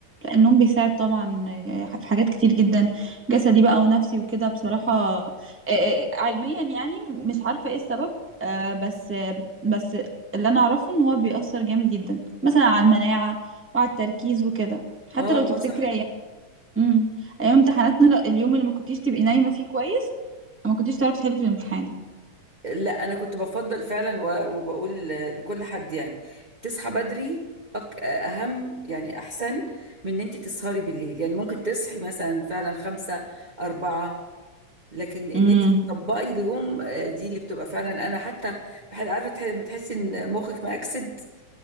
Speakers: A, in the centre; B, on the right (about 20°).
A: النوم بيساعد طبعا في حاجات كتير جدا جسدي بقى ونفسي وكده بصراحة آه، آه، علميا يعني مش عارفة ايه السبب آه، بس آه، بس اللي انا اعرفه ان هو بيأثر جامد جدا مثلا على المناعة وعلى التركيز وكده حتى
B: اه
A: لو تفتكري
B: اه صح
A: ايام امم ايام امتحاناتنا لا، اليوم اللي ما كنتيش تبقي نايمة فيه كويس ما كنتيش تعرفي تحلي في الامتحان
B: لا انا كنت بفضل فعلا و- وبقول لكل حد يعني تصحى بدري أك- اهم يعني احسن من ان انت تسهري بالليل يعني ممكن تصحي مثلا فعلا خمسة اربعة لكن ان
A: امم
B: انت تطبقي اليوم آه، دي اللي بتبقى فعلا انا حتى بحد عارفه تح- لما تحسي ان مخك مأكسد